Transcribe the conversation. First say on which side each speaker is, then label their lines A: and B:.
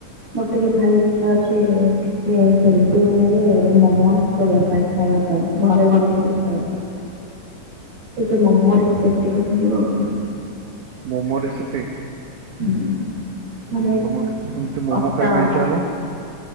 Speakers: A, on the right (about 30°); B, on the right (about 70°).
A: ମୋର ଟିକେ ଭାରି ଇଚ୍ଛା ଅଛି ଟିକେ ହେଲ୍ଦି ୱେରେ ମୋମୋଜ କରିବା ପାଇଁ ଖାଇବା ପାଇଁ ଘରେ ବନେଇକିରି ଖାଇବା ପାଇଁ। ଟିକେ ମୋମୋ ରେସିପ୍ ଟିକେ କହିବ କି?
B: ମୋମୋ ରେସିପି?
A: ହୁଁ। ମାନେ
B: ତମର କେମିତି ମୋମୋ
A: ଅଟା
B: ଖାଇବା
A: ବାଲା
B: ପାଇଁ ଇଛା ହେଲା?